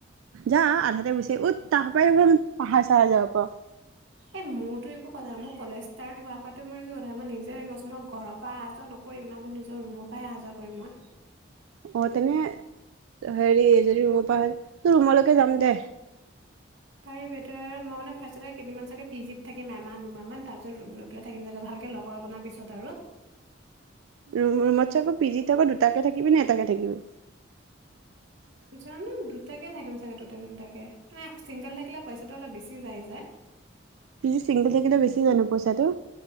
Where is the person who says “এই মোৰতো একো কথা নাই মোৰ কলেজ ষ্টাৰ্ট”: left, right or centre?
Right